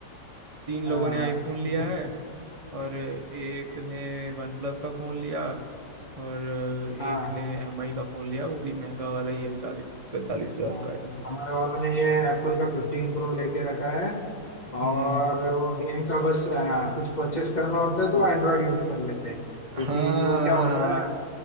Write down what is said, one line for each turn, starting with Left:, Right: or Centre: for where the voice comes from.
Right: तीन
Left: हाँ
Right: लोगों ने आईफोन लिया
Left: <laughs>
Right: है और एक ने वन प्लस का फोन लिया और अ, एक
Left: हाँ
Right: ने एमआई का फोन लिया वो भी महंगा वाला ही है चालीस पैंतालीस हजार
Left: हाँ,
Right: का है
Left: हमारे वालों ने ये एप्पल का फिफ्टीन प्रो लेके रखा है
Right: हम्म
Left: और वो गेम का बस हाँ, कुछ परचेस करना होता है तो एंड्रॉइड यूज कर लेते हैं क्योंकि
Right: हाँ
Left: वो क्या होता है